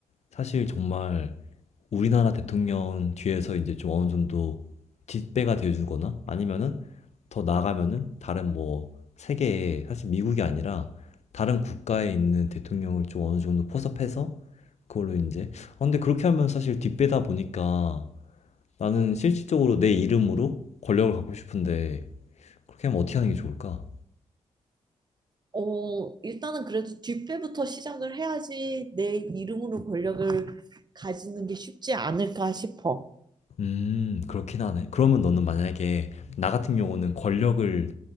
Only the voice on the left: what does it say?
사실 정말 우리나라 대통령 뒤에서 이제 좀 어느 정도 뒷배가 돼주거나 아니면은 더 나아가면은 다른 뭐 세계에 사실 미국이 아니라 다른 국가에 있는 대통령을 좀 어느 정도 포섭해서 그걸로 이제 아, 근데 그렇게 하면 사실 뒷배다 보니까 나는 실질적으로 내 이름으로 권력을 갖고 싶은데 그렇게 하면 어떻게 하는 게 좋을까?
음, 그렇긴 하네. 그러면 너는 만약에 나 같은 경우는 권력을